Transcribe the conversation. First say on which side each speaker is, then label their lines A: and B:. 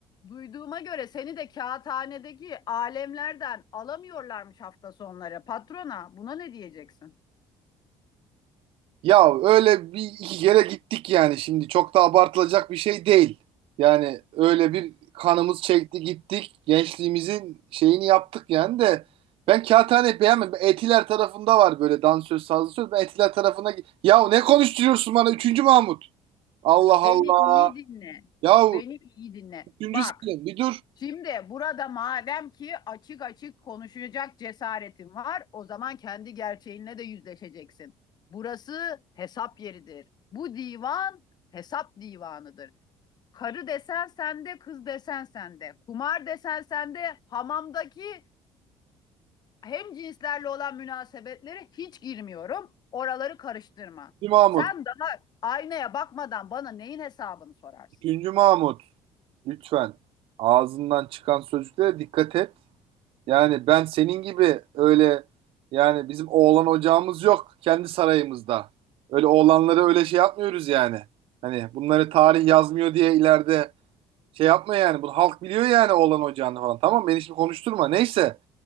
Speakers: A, on the left (about 45°); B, on the right (about 65°).
A: duyduğuma göre seni de kağıthanedeki alemlerden alamıyorlarmış hafta sonları. Patrona buna ne diyeceksin?
B: Ya öyle bir iki kere gittik yani şimdi. Çok da abartılacak bir şey değil. Yani öyle bir kanımız çekti gittik. Gençliğimizin şeyini yaptık yani de. Ben Kağıthane'yi beğenmedim. Etiler tarafında var böyle dansöz, sazlı söz. Ben Etiler tarafına... git- Ya ne konuşturuyorsun bana? Üçüncü Mahmut. Allah
A: Beni
B: Allah.
A: iyi dinle.
B: Ya
A: Beni iyi dinle.
B: üçüncü
A: Bak
B: Selim. Bir dur.
A: Şimdi burada madem ki açık açık konuşacak cesaretin var, o zaman kendi gerçeğinle de yüzleşeceksin. Burası hesap yeridir. Bu divan hesap divanıdır. Karı desen sende, kız desen sende. Kumar desen sende, hamamdaki hem cinslerle olan münasebetlere hiç girmiyorum. Oraları karıştırma.
B: üçüncü Mahmut.
A: Sen daha aynaya bakmadan bana neyin hesabını sorarsın?
B: Üçüncü Mahmut. Lütfen. Ağzından çıkan sözlere dikkat et. Yani ben senin gibi öyle yani bizim oğlan ocağımız yok kendi sarayımızda. Öyle oğlanları öyle şey yapmıyoruz yani. Hani bunları tarih yazmıyor diye ileride şey yapma yani. Bunu halk biliyor yani oğlan ocağını falan. Tamam beni şimdi konuşturma. Neyse.